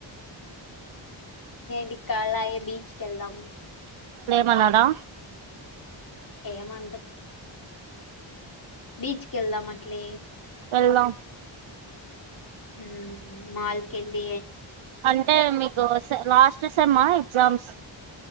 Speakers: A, on the left; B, on the right.
A: డి కాళయ బీచ్కిెళ్ళం
B: మనారా
A: ఏమంట బీచ్ కెల్లా మ పలే
B: అలా
A: హ మాల్కెళ్లి
B: అంటే మీకు లాస్ట్ సమ్మా చమ్స